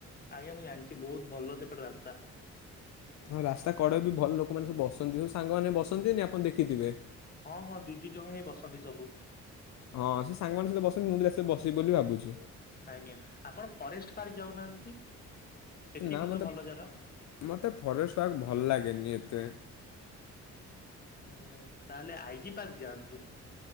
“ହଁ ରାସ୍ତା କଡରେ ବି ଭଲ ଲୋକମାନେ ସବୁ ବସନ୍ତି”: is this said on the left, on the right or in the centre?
Left